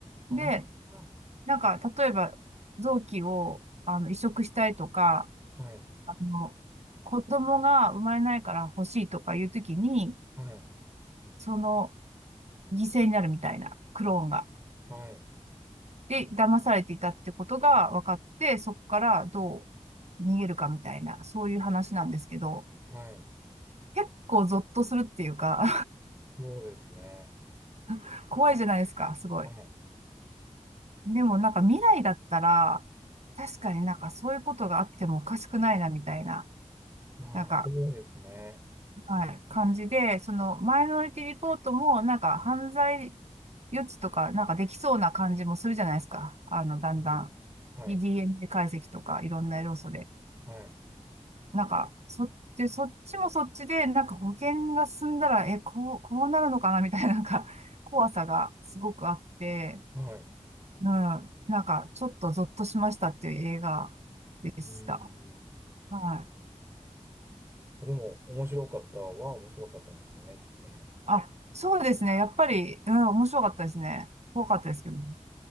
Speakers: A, on the right; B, on the right.
A: ああ。
B: で、なんか、例えば、臓器を、あの、移植したいとか、
A: はい。
B: あの、子供が生まれないから欲しいとかいうときに、
A: はい。
B: その、犠牲になるみたいな、クローンが。
A: はい。
B: で、騙されていたってことが分かって、そこからどう逃げるかみたいな、そういう話なんですけど、
A: はい。
B: 結構ゾッとするっていうか
A: そうですね。
B: <laughs> 怖いじゃないですか、すごい。
A: はい。
B: でもなんか未来だったら、確かになんかそういうことがあってもおかしくないな、みたいな、
A: まあ、
B: なんか、
A: そうですね。
B: はい、感じで、そのマイノリティリポートもなんか犯罪予知とかなんかできそうな感じもするじゃないですか。あの、だんだん
A: うん。はい。
B: DNA 解析とかいろんな要素で。
A: はい。
B: なんか、そっち、そっちもそっちで、なんか保険が進んだら、え、こう、こうなるのかなみたいな、なんか、<laughs> 怖さがすごくあって、
A: はい。
B: うん。なんか、ちょっとゾッとしましたっていう映画でした。
A: うん。
B: はい。
A: あ、でも、面白かったは面白かったんですよね、きっとね。
B: あ、そうですね。やっぱり、うん、面白かったですね。怖かったですけどね。
A: うん。